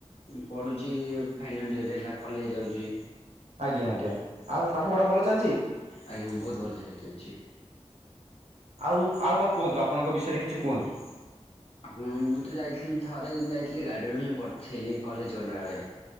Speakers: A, on the left; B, on the right.
A: ପଢୁଛି ଫାଇନାଲ ଇୟର ହେଲା କଲେଜ ଯାଉଛି
B: ଆଜ୍ଞା ଆଜ୍ଞା ଆଉ ପାଠ ପଢା ଭଲ ଚାଲିଛି
A: ଆଜ୍ଞା ବହୁତ ଭଲ ଚାଲିଛି
B: ଆଉ ଆଉ କଣ କୁହନ୍ତୁ ଆପଣଙ୍କ ବିଷୟରେ କିଛି କୁହନ୍ତୁ
A: ହ ମୁଁ ତ ଯାଇଥିଲି ଥରେ କି ଯାଇଥିଲି ଗାଡିରୁ ହିଁ ବଥିଲି ଥିଲି କଲେଜ ଗଲାବେଳେ